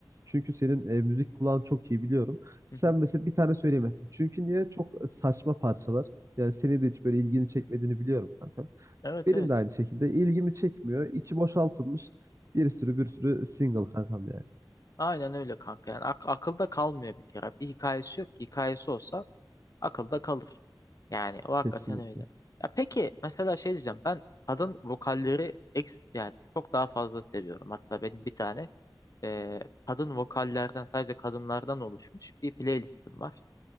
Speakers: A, on the right; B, on the left.
A: çünkü senin e, müzik kulağın çok iyi biliyorum.
B: hı
A: Sen
B: hı.
A: mesela bir tane söyleyemezsin. Çünkü niye? Çok saçma parçalar. Yani senin de hiç böyle ilgini çekmediğini biliyorum kankam.
B: Evet
A: Benim
B: evet.
A: de aynı şekilde ilgimi çekmiyor. İçi boşaltılmış bir sürü bir sürü single kankam yani.
B: Aynen öyle kanka. Yani ak- akılda kalmıyor bir kere. Bir hikayesi yok ki. Hikayesi olsa akılda kalır. Yani o hakikaten
A: Kesinlikle.
B: öyle. Ya peki mesela şey diyeceğim. Ben kadın vokalleri ex yani çok daha fazla seviyorum. Hatta benim bir tane e, kadın vokallerden sadece kadınlardan oluşmuş bir playlistim var.